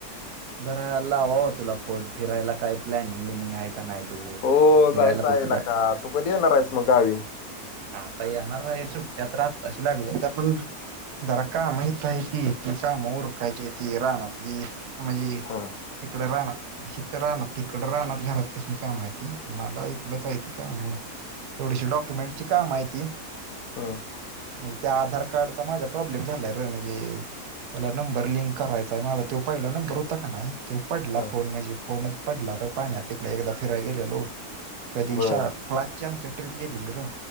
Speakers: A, on the right (about 80°); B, on the left (about 70°).
A: जरा लावावा तुला फोन. फिरायला काही प्लॅनिंग बिनिंग आहे का नाही. तुझं?
B: हो
A: फिरायला
B: जायच
A: कुठं
B: आहे‌
A: जाय
B: लका. तू कधी येणार आहेस मग गावी‌.
A: आता येणार आहे. सुट्ट्यात आताशी लागल्याता पण. जर काम इथ आहे की. ति काम ऊरकायची आहे ती राणातली. म्हणजे
B: हा
A: तिकड राहण हिथ राणात, तिकड राणात घरातल्यासनी काम हाईती. मला इकडच हाईती काम. थोडीशी डॉक्युमेंटची काम हाईती.
B: ह
A: म्हणजे, त्या आधार कार्डचा माझा प्रॉब्लेम झालाय र. म्हणजे त्याला नंबर लिंक करायचाय माझा. तो पहिला नंबर नंबर होता का नाही, तो पडला
B: हा
A: फोन. म्हणजे फोनच पडला र पाण्यात. तिकडे एकदा फिरायला गेलेलो. कधी
B: बर
A: शा, क्लासची आमची ट्रिप गेलेली र